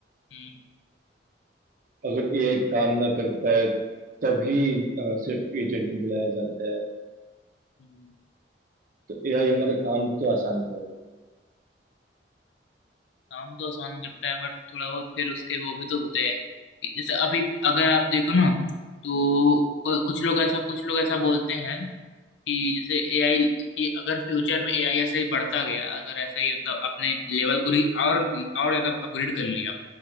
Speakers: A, on the left (about 80°); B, on the right (about 50°).
A: हम्म,
B: अगर एआई काम ना कर पाए तभी अ, सिर्फ एजेंट को बुलाया जाता है
A: हम्म,
B: तो एआई हमारा काम तो आसान कर रही है
A: काम तो आसान करता है बट थोड़ा बहुत फिर उसके वो भी तो होते हैं कि जैसे अभी अगर आप देखो ना तो कु- कुछ लोग ऐसा कुछ लोग ऐसा बोलते हैं कि जैसे एआई कि अगर फ्यूचर में एआई ऐसे ही बढ़ता गया अगर ऐसे ही मतलब अपने लेवल को री और और ज्यादा अपग्रेड कर लिया